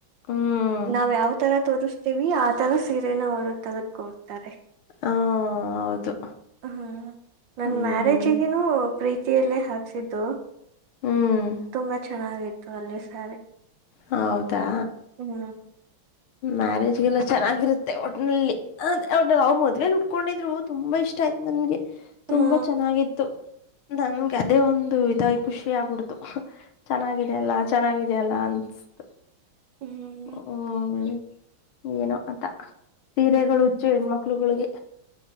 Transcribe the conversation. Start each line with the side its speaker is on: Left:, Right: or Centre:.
Left: ಹ್ಮ್
Right: ನಾವ್ ಯಾವ್ ತರ ತೋರ್ರಿಸ್ತೀವಿ ಆತರ ಸೀರೆನ ಅವ್ರು ತೆಗೆದುಕೊಡ್ತಾರೆ.
Left: ಹ ಹೌದು
Right: ಹ್ಮ್ ನನ್
Left: ಹ್ಮ್
Right: ಮ್ಯಾರೇಜ್ಗನು ಪ್ರೀತಿಯಲ್ಲೇ ಹಾಕ್ಸಿದ್ದು
Left: ಹ್ಮ್
Right: ತುಂಬಾ ಚೆನ್ನಾಗಿತ್ತು ಅಲ್ಲಿ ಸ್ಯಾರಿ.
Left: ಹೌದಾ
Right: ಹ್ಮ್
Left: ಮ್ಯಾರೇಜ್ಗೆಲ್ಲ ಚೆನ್ನಾಗಿರುತ್ತೆ ಒಟ್ಟನಲ್ಲಿ <unintelligible> ಮದ್ವೆಗ್ <unintelligible> ಕೊಂಡಿದ್ರು ತುಂಬಾ ಇಷ್ಟ ಆಯ್ತು ನನ್ಗೆ ತುಂಬಾ
Right: ಹಾ
Left: ಚೆನ್ನಾಗಿತ್ತು. ನಂಗೆ
Right: ಹ್ಮ್
Left: ಅದೇ ಒಂದು ಇದಾಗಿ ಖುಷಿ ಆಗ್ಬಿಡ್ತು ಚೆನ್ನಾಗಿದೆ ಅಲ್ಲ <unintelligible> ಚೆನ್ನಾಗಿದ್ಯಲ್ಲ ಅನ್ಸತ್ತು.
Right: ಹ್ಮ್ <unintelligible>
Left: ಹ್ಮ ಏನೋ ಆತಾ ಸೀರೆಗಳು ಹುಚ್ಚು ಹೆಣ್ಮಕ್ಳುಗಳಿಗೆ.